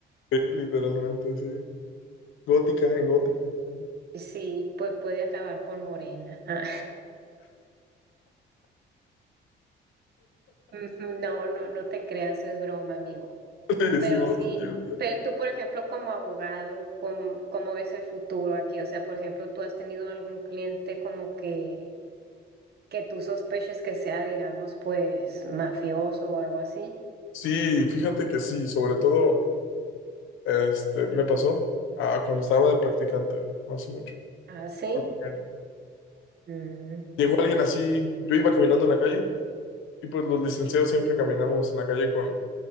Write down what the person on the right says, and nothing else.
Y Sí, pues puede acabar con Morena. Ah, <laughs> ujú, No, no, no te creas, es broma, amigo.
Pero
sí,
pero tú, por ejemplo, como abogado, ¿cómo, cómo ves el futuro aquí? O sea, por ejemplo, ¿tú has tenido algún cliente como que, que tú sospeches que sea, digamos, pues mafioso o algo así?
Ah, sí.
Mm.